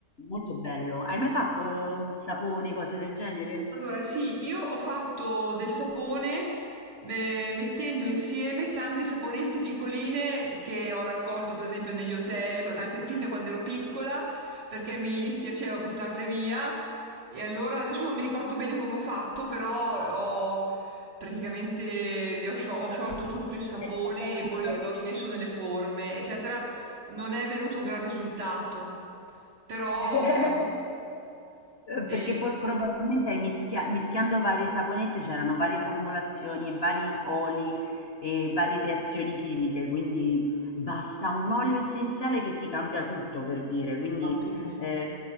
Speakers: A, on the left; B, on the right.
A: molto bello. Hai mai fatto sapone, cose del genere?
B: Allora, sì, io ho fatto del sapone eh, mettendo insieme tante saponette piccoline che ho raccolto, per esempio, negli hotel, con- anche fin da quando ero piccola, perché mi dispiaceva buttarle via. E allora adesso non mi ricordo bene come ho fatto, però ho praticamente le ho, scio- ho sciolto tutto il sapone
A: Eh, fatti a bagnomaria.
B: e poi l'ho rimesso nelle forme, eccetera. Non è venuto un gran risultato, però
A: <laughs> Uhm,
B: eh,
A: perché for probabilmente hai mischia mischiando varie saponette c'erano varie formulazioni e vari oli e varie reazioni chimiche, quindi basta un olio essenziale che ti cambia tutto, per dire. Quindi,
B: ma pensa.
A: ehm,